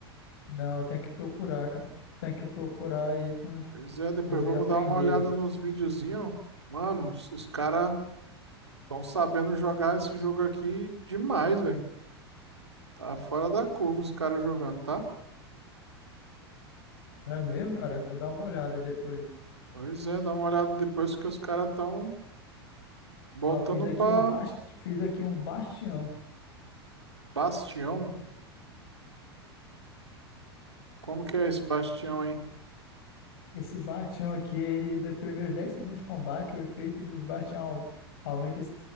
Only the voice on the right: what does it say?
Pois é, depois
vamos
dar uma olhada
nos videozinhos. Mano, os, os caras estão sabendo jogar esse jogo aqui demais, velho. Tá fora da curva os caras jogando, tá?
Pois é, dá uma olhada depois que os caras estão botando
pra
Bastião. Como que é esse Bastião aí?